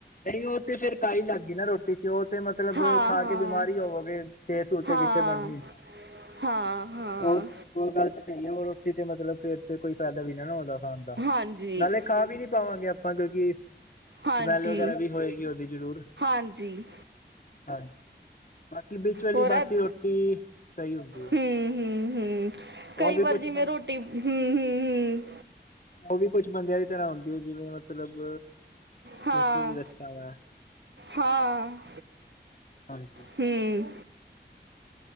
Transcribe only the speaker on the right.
ਹਾਂ
ਹਾਂ
ਹਾਂ
ਹਾਂ ਹਾਂ
ਹਾਂਜੀ
ਹਾਂਜੀ
ਹਾਂਜੀ
ਹੋਰ
ਹਮ
ਹਮ ਹਮ
ਕਈ
ਵਾਰ
ਜਿਵੇਂ
ਰੋਟੀ ਹਮ ਹਮ ਹਮ
ਹਾਂ
ਹਾਂ
ਤੇ